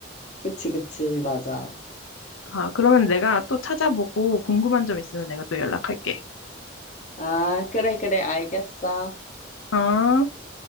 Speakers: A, on the left; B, on the left.
A: 그치, 그치, 맞아.
B: 아, 그러면 내가 또 찾아보고 궁금한 점 있으면 내가 또 연락할게.
A: 아, 그래, 그래, 알겠어.
B: 아.